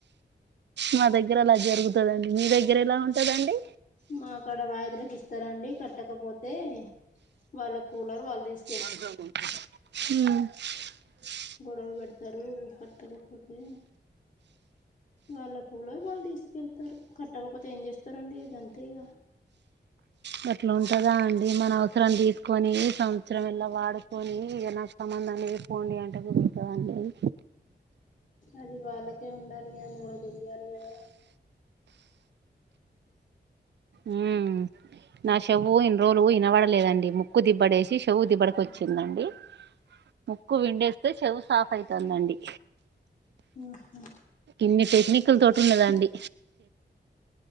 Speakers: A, on the right; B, on the left.
A: మా దగ్గర అలా జరుగుతదండి మీ దగ్గర ఎలా ఉంటదండి
B: మా కాడ వాయిదలకు ఇస్తారండి కట్టకపోతే వాళ్ళ కూలర్ వాళ్ళు తీసుక
A: మ్
B: గొడవ పెడతారు కట్టకపోతే వాళ్ళ కూలర్ వాళ్ళు తీసుకెళ్తారు కట్టకపోతే ఏం చేస్తారండి ఇగా గం తే ఇగా
A: గట్ల ఉంటదా అండి మన అవసరానికి తీసుకొని సం వత్సరం ఎలా వాడుకొని ఇగా నాకు సంబంధం లేదు పోండి అంటే కుదురుతదా అండి అది
B: అది వాళ్ళకే ఉండాలి కద ఎవరో తెలియాలి కదా
A: ఉ నా షేవ్వు ఇన్ని రోజులు వినబడలేదండి ముక్కు దిబ్బడ వేశి షేవ్వు దిబ్బడక వచ్చిందండి ముక్కు విండేస్తే చెవు సాఫ్ అయితాందండి
B: ఆ హ్
A: ఇన్ని టెక్నిక్ లు తోటి ఉన్నది అండి